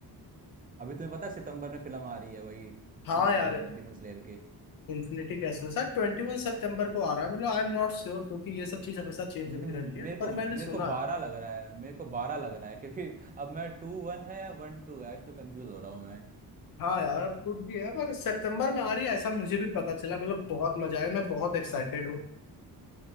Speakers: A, on the right; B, on the left.
A: अभी तुम्हें पता है सितंबर में फिल्म आ रही है वही
B: हाँ यार
A: डिमन स्लेयर के
B: इन्फिनिटी कैसल सर ट्वेंटी वन सितंबर को आ रहा है मतलब आई एम नॉट श्योर क्योंकि ये सब चीज हमेशा चेंज
A: न-
B: होती रहती है
A: मेरे
B: पर
A: को मेरे
B: मैंने सुना
A: को बारह
B: है।
A: लग रहा है मेरे को बारह लग रहा है क्योंकि अब मैं टू वन है या वन टू है इसमें कंफ्यूज हो रहा हूँ मैं
B: हाँ यार अब कुछ भी है पर सितंबर में आ रही है ऐसा मुझे भी पता चला मतलब बहुत मजा आया मैं बहुत एक्साइटेड हूँ